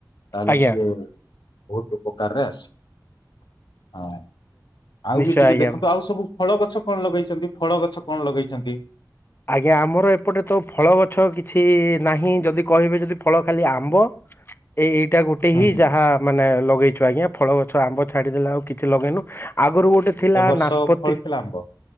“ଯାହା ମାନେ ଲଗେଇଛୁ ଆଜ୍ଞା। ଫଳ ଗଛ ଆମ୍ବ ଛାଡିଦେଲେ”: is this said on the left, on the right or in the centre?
Left